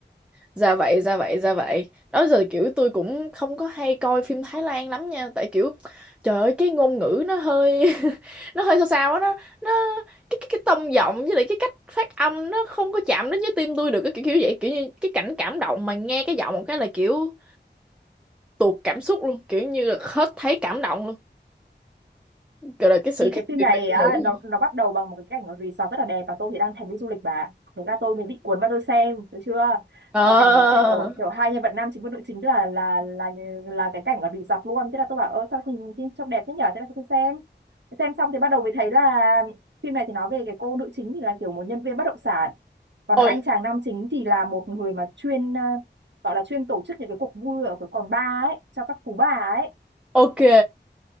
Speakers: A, in the centre; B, on the right.
A: Dạ vậy, dạ vậy, dạ vậy. Đó giờ kiểu tôi cũng không có hay coi phim Thái Lan lắm nha, tại kiểu trời ơi cái ngôn ngữ nó hơi <laughs> nó hơi sao sao á nó nó cái cái cái tông giọng với lại cái cách phát âm nó không có chạm đến với tim tôi được cái kiểu, kiểu vậy, kiểu như cái cảnh cảm động mà nghe cái giọng một cái là kiểu tuột cảm xúc luôn, kiểu như là hết thấy cảm động luôn. Kiểu là cái sự
B: thì
A: khác
B: cái phim
A: biệt
B: này
A: về ngôn
B: á
A: ngữ
B: nó
A: này.
B: nó bắt đầu bằng một cái cảnh ở resort rất là đẹp và tôi thì đang thèm đi du lịch bà ạ. thế là tôi mình bị cuốn vào tôi xem được chưa
A: Ờ.
B: và cảnh đầu tiên kiểu kiểu hai nhân vật nam chính và nữ chính là là là là cái cảnh ở resort luôn thế là tôi bảo ơ sao nhìn nhìn trông đẹp thế nhở thế là tôi xem xem xong thì bắt đầu mới thấy là phim này thì nói về cái cô nữ chính thì là kiểu một nhân viên bất động sản còn
A: Ôi,
B: anh chàng nam chính thì là một người mà chuyên ờ, gọi là chuyên tổ chức những cái cuộc vui ở cái quán bar ấy cho các phú bà ấy
A: ok.